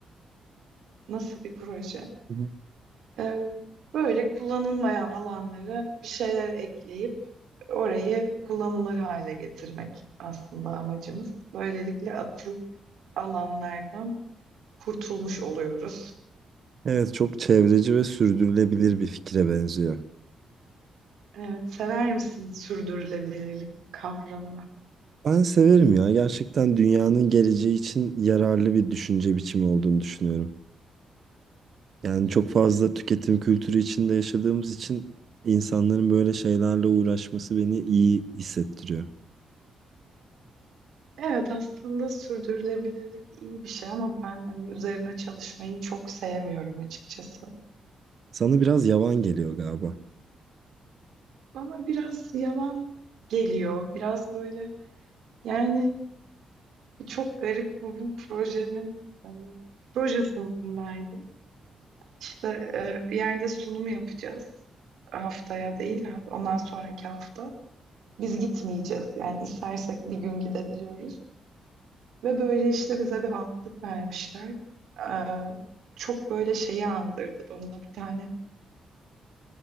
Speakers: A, on the right (about 75°); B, on the right (about 45°).
A: nasıl bir proje?
B: hı.
A: Ee, böyle kullanılmayan alanlara bir şeyler ekleyip orayı kullanılır hale getirmek aslında amacımız. Böylelikle atık alanlardan kurtulmuş oluyoruz.
B: Evet, çok çevreci ve sürdürülebilir bir fikre benziyor.
A: Evet, sever misin sürdürülebilirlik kavramını?
B: Ben severim ya. Gerçekten dünyanın geleceği için yararlı bir düşünce biçimi olduğunu düşünüyorum. Yani çok fazla tüketim kültürü içinde yaşadığımız için insanların böyle şeylerle uğraşması beni iyi hissettiriyor.
A: Evet aslında sürdürülebilirlik iyi bir şey ama ben hani üzerine çalışmayı çok sevmiyorum açıkçası.
B: Sana biraz yavan geliyor galiba.
A: Bana biraz yalan geliyor. Biraz böyle yani çok garip bugün projemin e, proje sınıfındaydım. İşte e, bir yerde sunum yapacağız. Haftaya değil ha- ondan sonraki hafta. Biz gitmeyeceğiz. Yani istersek bir gün gidebiliyoruz. Ve böyle işte bize bir altlık vermişler. Eee, çok böyle şeyi andırdı bana bir tane.